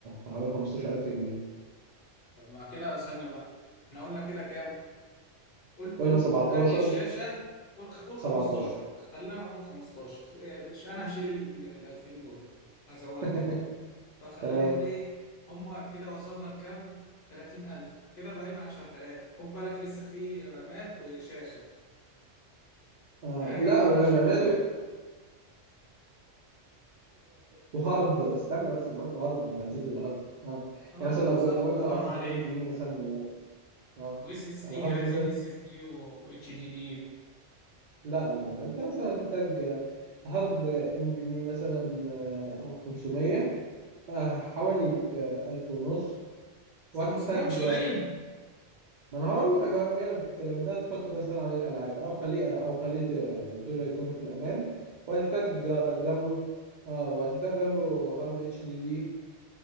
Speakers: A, on the right; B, on the left.
A: حوالي 15000 جنيه
B: طب مع كده استنى بقى احنا قلنا كده كام قول
A: فقلنا
B: قول
A: 17
B: قول كارت الشاشة قول قول
A: 17
B: 15 خلينا نقول 15 يعني انا هشيل ال 2000 دول هزودهم
A: <laughs>
B: فخلينا
A: تمام
B: نقول ايه هما كده وصلنا لكام 30000 كده بقى لنا 10000 خد بالك لسه في رامات وشاشة
A: آه
B: يعني أنا كده
A: لا
B: معانا 10000
A: رماته وهارد استنى بس لو قلت هارد انت نسيت الهارد اه
B: اه
A: يعني مثلا لو
B: صح
A: لو قلت
B: الله ينور
A: عايز
B: عليك
A: هارد ام في مي مثلا اه
B: ويز اس
A: الهارد
B: دي عايزين
A: مثلا
B: اس اس دي و اتش دي دي
A: لا لا لا انت مثلا هتحتاج هارد ام في مي مثلا آه، 500 آه، حوالي ب 1000 ونص وهتحتاج
B: 500 مش قليل
A: ما انا هقول لك انا جاي لك في الكلام ده تحط مثلا عليه الالعاب او خليه او خليه تقرا يعني تقرا يكون في الامان وهتحتاج
B: على الاقل آه.
A: جنبه اه وهتحتاج جنبه هارد اتش دي دي